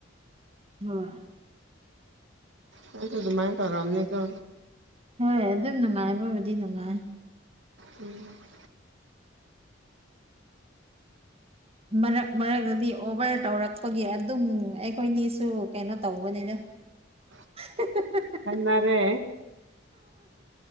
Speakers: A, on the right; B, on the right.
A: ꯍꯣꯏ
B: ꯃꯣꯏꯁꯨ ꯑꯗꯨꯃꯥꯏ ꯇꯧꯔꯝꯅꯤꯀꯣ
A: ꯍꯣꯏ ꯑꯗꯨꯝ ꯅꯨꯡꯉꯥꯏꯕꯕꯨꯗꯤ ꯅꯨꯡꯉꯥꯏ
B: ꯎꯝ
A: ꯃꯔꯛ ꯃꯔꯛꯇꯗꯤ ꯑꯣꯚꯔ ꯇꯧꯔꯛꯄꯒꯤ ꯑꯗꯨꯝ ꯑꯩꯈꯣꯏꯅꯤꯁꯨ ꯀꯩꯅꯣ ꯇꯧꯕꯅꯤꯗ
B: <inaudible>
A: <inaudible>
B: ꯈꯠꯅꯔꯦ